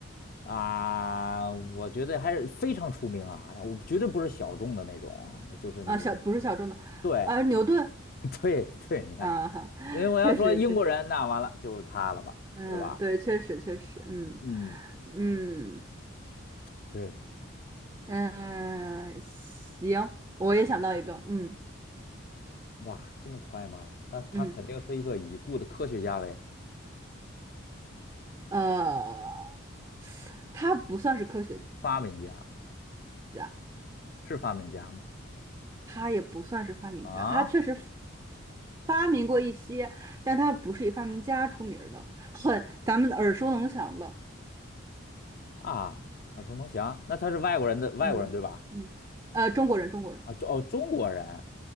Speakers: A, on the left (about 45°); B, on the right (about 20°).
A: 啊，我觉得还是非常出名啊，我绝对不是小众的那种，就是你，
B: 啊？小不是小众的，
A: 对，
B: 啊，牛顿
A: <laughs> 对，对，你看，
B: 啊，<laughs> 哈确实确实，
A: 因为我要说英国人，那完了就是他了吧，
B: 嗯，
A: 对吧？
B: 对，确实确实，嗯
A: 嗯，
B: 嗯
A: <laughs> 对，
B: 嗯，行，我也想到一个，嗯
A: 哇，这么快吗？那他肯定是一个已故的科学家呗，
B: 嗯呃，他不算是科学
A: 发明家，
B: 家，
A: 是发明家吗？
B: 他也不算是发明家，
A: 啊？
B: 他确实发明过一些，但他不是以发明家出名儿的，很咱们耳熟能详的。
A: 啊，耳熟能详。那他是外国人的外国人对吧？
B: 嗯嗯，呃，中国人，中国人，
A: 啊，中哦，中国人，